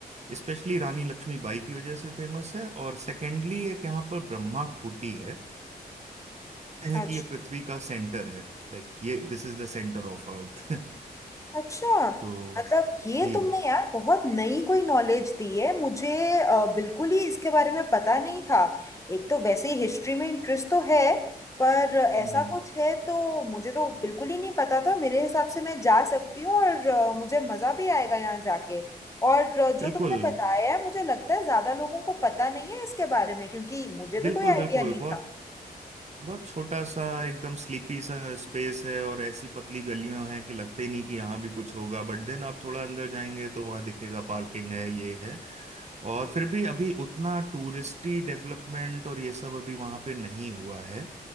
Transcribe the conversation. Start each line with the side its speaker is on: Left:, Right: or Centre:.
Right: स्पेशली रानी लक्ष्मीबाई की वजह से फेमस है और सेकेंडली एक यहाँ पर ब्रह्मा खूटी है कहते
Left: अच्छा
Right: हैं कि ये पृथ्वी का सेंटर है लाइक ये this is the centre of अर्थ <laughs>
Left: अच्छा
Right: तो
Left: मतलब ये
Right: जी
Left: तुमने यार बहुत नई कोई नॉलेज दी है मुझे अ, बिल्कुल ही इसके बारे में पता नहीं था एक तो वैसे ही हिस्ट्री में इंटरेस्ट तो है पर ऐसा
Right: हम्म
Left: कुछ है तो मुझे तो बिल्कुल ही नहीं पता था मेरे हिसाब से मैं जा सकती हूँ और अ, मुझे मज़ा भी आएगा यहाँ जाके और अ, जो
Right: बिल्कुल
Left: तुमने बताया है मुझे लगता है ज़्यादा लोगों को पता नहीं है इसके बारे में क्योंकि मुझे भी
Right: बिल्कुल
Left: कोई आइडिया
Right: बिल्कुल
Left: नहीं
Right: बहुत
Left: था
Right: बहुत छोटा सा एकदम स्लीपी सा स्पेस है और ऐसी पतली गलियां हैं कि लगते ही नहीं कि यहाँ भी कुछ होगा बट देन आप थोड़ा अंदर जाएंगे तो वहाँ दिखेगा पार्किंग है ये है और फिर भी अभी उतना टूरिस्टी डेवलपमेंट और ये सब अभी वहाँ पे नहीं हुआ है